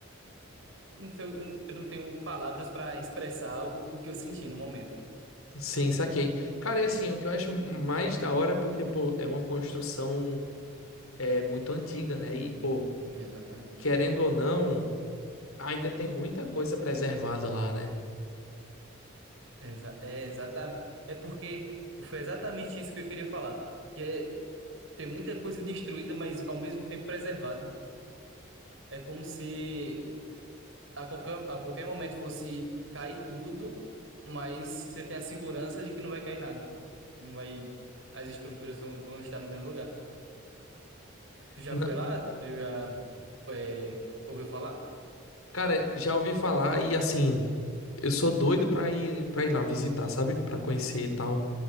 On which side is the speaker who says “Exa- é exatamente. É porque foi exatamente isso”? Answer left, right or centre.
Right